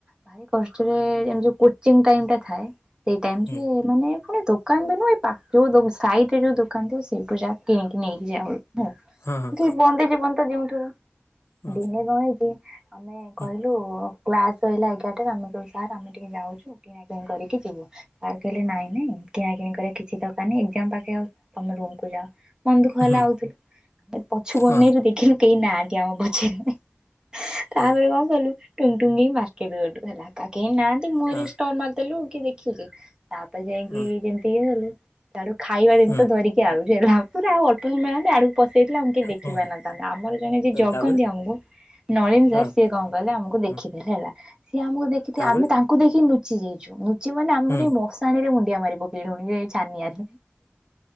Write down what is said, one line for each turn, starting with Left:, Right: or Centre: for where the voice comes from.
Right: ଭାରି କଷ୍ଟରେ ଏମିତି ଗୋ ଚୀନ୍ ଟାଇମ୍ ଟେ ଥାଏ ସେଇ ଟାଇମରେ
Left: ହୁଁ।
Right: ମାନେ ପୁଣି ଦୋ କାନ ବି ନୁଅ ଏ ପାକୁ ଦୋଉ ସାଇଡ଼ରୁ ଦୋକାନ ଥିବ ସେଇଠୁ ଯା କିଣିକି ନେଇକି ଯାଉ ହୁଁ।
Left: ହଁ ହଁ।
Right: ବନ୍ଦି ଜୀବନ ତ ଜିଉଁଥିବ
Left: ହୁଁ
Right: ଦିନେ କଣ ହେଇଛି ଆମେ
Left: ହୁଁ
Right: କହିଲୁ କ୍ଲାସ୍ ସଇଲା ଏଗାରଟାରେ ଆମେ କଇଲୁ ସାର୍ ଆମେ ଟିକେ ଯାଉଛୁ କିଣାକିଣି କରିକି ଯିବୁ। ସାର୍ କଇଲେ ନାଇଁ ନାଇଁ କିଣାକିିଣି କରିବା କିଛି ଦରକାର ନାହିଁ ଏକ୍ଜାମ୍ ପାଖେଇ ଆଉ ତମେ ରୁମକୁୁ ଯାଅ। ମନ ଦୁଖ ହେଲା
Left: ହୁଁ
Right: ଆଉଥିଲୁଏ ପଛୁକୁ
Left: ହଁ
Right: ଅନେଇଲୁ ଦେଖିଲୁ କେହି ନାହାନ୍ତି ଆମ ପଛରେ। ତାପରେ
Left: ହୁଁ
Right: କଣ କଲୁ ଟୁଙ୍ଗ ଟୁଙ୍ଗ ହେଇ ମାର୍କେଟ ଗଲୁ ହେଲା କା କେହି ନାହାନ୍ତି ମୁହଁରେ
Left: ହଁ
Right: ଷ୍ଟଲ୍ ମାରି ତେଲୁ କିଏ ଦେଖୁଚି ତାପରେ ଯାଇକି
Left: ହୁଁ
Right: ଯେମିତି ଇଏ କଲୁ ସିଆଡ଼ୁ ଖାଇବା ଜିନିଷ
Left: ହୁଁ
Right: ଧରି ଆଉଚି ହେଲା ହା ପୁରା ଅ କହିଲି ମ୍ୟାମ ଆଡ଼କୁ ପଶି ଆଇଥିଲେ ଆମକୁ କେହି ଦେଖି
Left: ହଁ
Right: ପାରିନଥାନ୍ତେ ଆମର ଜଣେ ଯିଏ ଜଗନ୍ତି
Left: ତାପରେ
Right: ଆମକୁ ନଳିନ୍ ସାର
Left: ହଁ
Right: ସିଏ କଣ କଲେ ଆମକୁ ଦେ
Left: ହଁ
Right: ଖି ଦେଲେ ହେଲା ସିଏ ଆମକୁ ଦେଖିଥେ
Left: ତାପରେ
Right: ଆମେ ତାଙ୍କୁ ଦେଖି ନୁଚି ଯାଇଛୁୁ ନୁଚି ମାନେ ଆମ
Left: ହୁଁ
Right: ଯାଇ ମସ୍ ସାଣିରେ ମୁଣ୍ଡିଆ ମାରି ପକେଇଲୁଣି ଏ ଛାନିଆରେ।